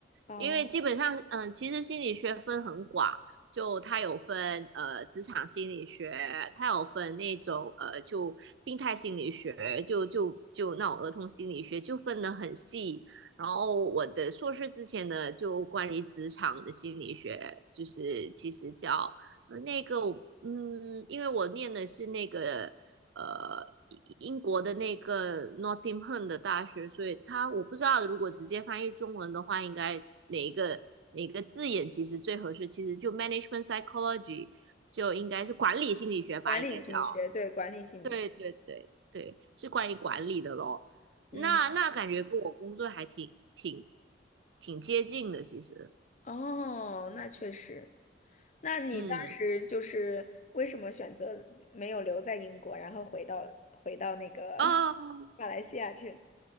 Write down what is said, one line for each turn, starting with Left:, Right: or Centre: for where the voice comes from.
Left: 哦，
Right: 因为基本上，嗯，其实心理学分很广，就它有分呃职场心理学，它有分那种呃就病态心理学，就就就那种儿童心理学，就分得很细。然后我的硕士之前呢，就关于职场的心理学，就是其实叫。呃那个我嗯，因为我念的是那个呃英国的那个 Nottingham 的大学，所以它我不知道如果直接翻译中文的话，应该哪一个哪一个字眼其实最合适？其实就 management psychology 就应该是管理心理学吧，
Left: 管理心理学，
Right: 应该叫。
Left: 对，管理心理学。
Right: 对对对对，是关于管理的咯。那那感觉跟我工作还挺挺
Left: 嗯，
Right: 挺接近的，其实。
Left: 哦，那确实。那你当时就是为什么选择没有留在英国，
Right: 嗯，
Left: 然后回到回到那个
Right: 哦，
Left: <laughs> 马来西亚去了